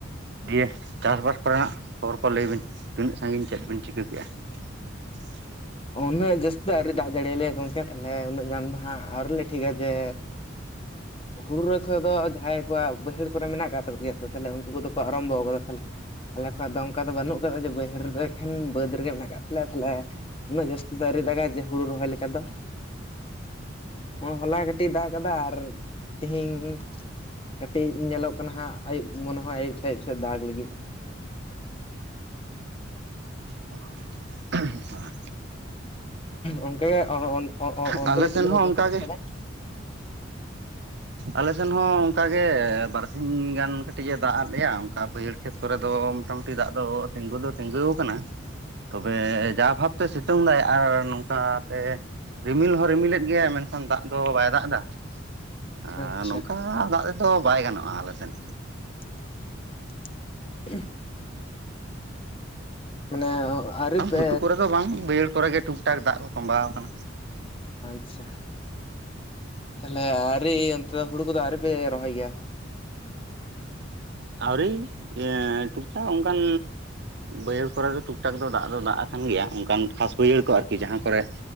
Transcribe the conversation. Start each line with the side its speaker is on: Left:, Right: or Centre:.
Right: ᱫᱤᱭᱮ ᱪᱟᱥᱵᱟᱥ ᱠᱚᱨᱮᱱᱟᱜ ᱠᱷᱚᱵᱚᱨ ᱠᱚ ᱞᱟᱹᱭ ᱵᱤᱱ ᱛᱤᱱᱟᱹᱜ ᱥᱟᱺᱜᱤᱧ ᱪᱮᱜ ᱵᱤᱱ ᱪᱤᱠᱟᱹ ᱠᱮᱜᱼᱟ? <inaudible>
Left: ᱩᱱᱟᱜ ᱡᱟᱹᱥᱛᱤ ᱫᱚ ᱟᱣᱨᱤ ᱫᱟᱜ ᱡᱟᱹᱲᱤᱭᱟ ᱞᱮᱭᱟ ᱜᱚᱝᱠᱮ᱾ ᱛᱟᱦᱚᱞᱮ ᱩᱱᱟᱹᱜ ᱜᱟᱱ ᱫᱚ ᱦᱟᱸᱜ ᱟᱣᱨᱤᱞᱮ ᱴᱷᱤᱠᱟ ᱡᱮ ᱦᱩᱲᱩ ᱨᱚᱦᱚᱭ ᱠᱷᱚᱡ ᱫᱚ ᱡᱟᱦᱟᱸᱭ ᱠᱚᱣᱟᱜ ᱵᱟᱹᱭᱦᱟᱹᱲ ᱠᱚᱨᱮ ᱢᱮᱱᱟᱜ ᱟᱠᱟᱫ ᱛᱟᱠᱚ ᱜᱮᱭᱟ ᱛᱟᱦᱚᱞᱮ ᱩᱱᱠᱩ ᱠᱚᱫᱚ ᱠᱚ ᱟᱨᱟᱢᱵᱚ ᱟᱠᱟᱫᱟ ᱛᱟᱦᱚᱞᱮ ᱟᱞᱮ ᱠᱚᱣᱟᱜ ᱫᱚ ᱚᱱᱠᱟ ᱫᱚ ᱵᱟᱹᱱᱩᱜ ᱟᱠᱟᱫᱟ ᱡᱮ ᱵᱟᱹᱭᱦᱟᱹᱲ ᱨᱮ ᱫᱚ ᱮᱠᱷᱮᱱ ᱵᱟᱹᱫᱽ ᱨᱮᱜᱮ ᱢᱮᱱᱟᱜ ᱟᱠᱟᱫ ᱛᱟᱞᱮᱭᱟ ᱛᱟᱦᱚᱞᱮ ᱩᱱᱟᱹᱜ ᱡᱟᱹᱥᱛᱤ ᱫᱚ ᱟᱹᱣᱨᱤ ᱫᱟᱜᱟᱭ ᱡᱮ ᱦᱩᱲᱩ ᱨᱚᱦᱚᱭ ᱞᱮᱠᱟ ᱫᱚ ᱦᱚᱸᱼᱚᱭ ᱦᱚᱞᱟ ᱜᱮ ᱴᱤ ᱫᱟᱜ ᱠᱟᱫᱟ ᱟᱨ ᱛᱤᱦᱤᱧ ᱠᱟᱴᱤᱡ ᱧᱮᱞᱚᱜ ᱠᱟᱱᱟ ᱦᱟᱸᱜ ᱟᱭᱩᱵ ᱢᱚᱱᱮ ᱦᱚᱸ ᱟᱭᱩᱵ ᱥᱮ ᱟᱭᱩᱵ ᱥᱮ ᱫᱟᱜ ᱞᱟᱹᱜᱤᱫ᱾
Right: <inaudible>
Left: ᱚᱱᱠᱟ ᱜᱮ ᱚᱱᱛᱮ
Right: ᱟᱞᱮ
Left: ᱜᱮ
Right: ᱥᱮᱱ
Left: ᱪᱮᱫ ᱞᱮᱠᱟ
Right: ᱦᱚᱸ
Left: ᱪᱟᱞᱟᱜ
Right: ᱚᱱᱠᱟ
Left: ᱠᱟᱱᱟ?
Right: ᱟᱞᱮᱥᱮᱱ ᱦᱚᱸ ᱚᱱᱠᱟᱜᱮ ᱵᱟᱨᱥᱤᱧ ᱜᱟᱱ ᱠᱟᱹᱴᱤᱡ ᱮ ᱫᱟᱜ ᱟᱫ ᱞᱮᱭᱟ ᱚᱱᱠᱟ ᱵᱟᱹᱭᱦᱟᱹᱲ ᱠᱷᱮᱛ ᱠᱚᱨᱮ ᱫᱚ ᱢᱚᱴᱟ ᱢᱩᱴᱤ ᱫᱟᱜ ᱫᱚ ᱛᱤᱸᱜᱩ ᱫᱚ ᱛᱤᱸᱜᱩ ᱟᱠᱟᱱᱟ ᱛᱚᱵᱮ ᱡᱟ ᱵᱷᱟᱵᱛᱮ ᱥᱤᱛᱩᱝ ᱫᱟᱭ ᱟᱨ ᱱᱚᱝᱠᱟ ᱛᱮ ᱨᱤᱢᱤᱞ ᱦᱚᱸ ᱨᱤᱢᱤᱞᱮᱫ ᱜᱮᱭᱟᱭ ᱢᱮᱱᱠᱷᱟᱱ ᱫᱟᱜ ᱫᱚ ᱵᱟᱭ ᱫᱟᱜ ᱫᱟ ᱾ ᱟᱻ
Left: ᱟᱪᱪᱷᱟ
Right: ᱱᱚᱝᱠᱟ ᱫᱟᱜ ᱛᱮᱫᱚ ᱵᱟᱭ ᱜᱟᱱᱚᱜᱼᱟ ᱟᱞᱮ ᱥᱮᱱ᱾
Left: <inaudible> ᱢᱟᱱᱮ ᱟᱹᱣᱨᱤ ᱯᱮ
Right: ᱜᱷᱩᱴᱩ ᱠᱚᱨᱮ ᱫᱚ ᱵᱟᱝ ᱵᱟᱹᱭᱟᱹᱲ ᱠᱚᱨᱮ ᱜᱮ ᱴᱩᱠ ᱴᱟᱠ ᱫᱟᱜ ᱠᱚ ᱛᱚᱸᱵᱟᱣ ᱟᱠᱟᱱᱟ᱾
Left: ᱟᱪᱪᱷᱟ ᱛᱟᱦᱚᱞᱮ ᱟᱣᱨᱤ ᱚᱱᱛᱮ ᱫᱚ ᱦᱩᱲᱩ ᱠᱚᱫᱚ ᱟᱹᱣᱨᱤᱯᱮ ᱨᱚᱦᱚᱭ ᱜᱮᱭᱟ?
Right: ᱟᱹᱣᱨᱤ ᱴᱩᱠᱴᱟᱠ ᱚᱱᱠᱟᱱ ᱵᱟᱹᱭᱦᱟᱹᱲ ᱠᱚᱨᱮ ᱫᱚ ᱴᱩᱠ ᱴᱟᱠ ᱫᱚ ᱫᱟᱜ ᱫᱚ ᱫᱟᱜ ᱟᱠᱟᱱ ᱜᱮᱭᱟ ᱚᱱᱠᱟᱱ ᱠᱷᱟᱥ ᱵᱟᱹᱭᱦᱟᱹᱲ ᱠᱚ ᱟᱨᱠᱤ ᱡᱟᱦᱟᱸ ᱠᱚᱨᱮ